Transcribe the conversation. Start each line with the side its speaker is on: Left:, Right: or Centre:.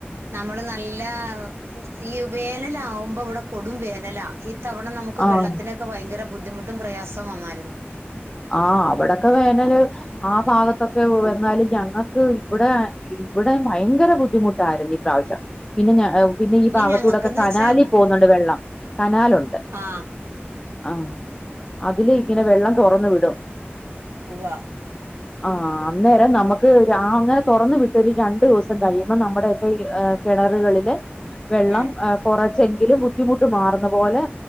Right: നമ്മള് നല്ല ഈ വേനലാവുമ്പവടെ കൊടും വേനല, ഈ തവണ നമുക്ക്
Left: ആഹ്
Right: വെള്ളത്തിനൊക്. ക്ക ഭയങ്കര ബുദ്ധിമുട്ടും പ്രയാസവും വന്നായിരുന്നു.
Left: ആ അവിടൊക്കെ വേനല് ആ ഭാഗത്തൊക്കെ വന്നാല് ഞങ്ങക്ക് ഇവിടെ. ഇവിടെ ഭയങ്കര ബുദ്ധിമുട്ടായിരുന്നു ഈ പ്രാവശ്യം പിന്നെ ഞ. പിന്നെ ഈ ഭാഗത്തൂടൊക്കെ
Right: ഞങ്ങൾക്കെന്ന്
Left: കനാലി
Right: വെച്ചാൽ
Left: പോകുന്നുണ്ട് വെള്ളം കനാലുണ്ട്.
Right: ആ
Left: അഹ്‌ അതിലിരിക്ക്ണ വെള്ളം തൊറന്ന് വിടും.
Right: ഉവ്വാ -
Left: ആഹ്‌ അന്നേരം നമുക്ക് രാ അങ്ങനെ തൊറന്ന് വിട്ടരു രണ്ടു ദിവസം കഴിയുമ്പോ നമ്മുടൊയൊക്കെ ഇ ഏഹ്. കെണറുകളില്. വെള്ളം
Right: ഉം
Left: കുറച്ചെങ്കിലും ബുദ്ധിമുട്ട് മാറുന്ന പോലെ